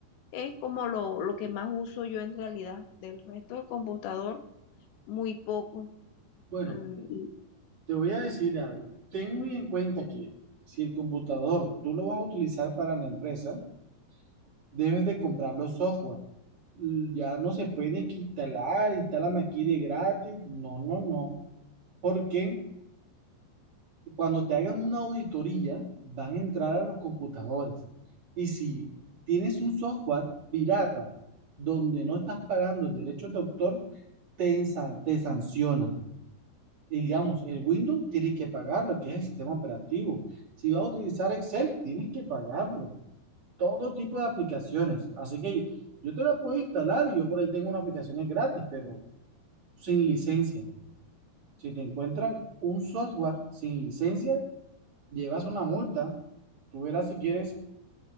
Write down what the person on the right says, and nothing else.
Bueno,
te voy a decir algo. Ten muy en cuenta que si el computador tú lo vas a utilizar para la empresa, debes de comprar los software. L- Ya no se puede que instalar, instálame aquí de gratis. No, no, no. ¿Por qué? Cuando te hagan una auditoría, van a entrar a los computadores. Y si tienes un software pirata donde no estás pagando derechos de autor, te, ensa- te sancionan. Y digamos, el Windows tienes que pagarlo, que es el sistema operativo. Si vas a utilizar Excel, tienes que pagarlo. Todo tipo de aplicaciones. Así que yo te la puedo instalar y yo por ahí tengo unas aplicaciones gratis, pero sin licencia. Si te encuentran un software sin licencia, llevas una multa, tú verás si quieres,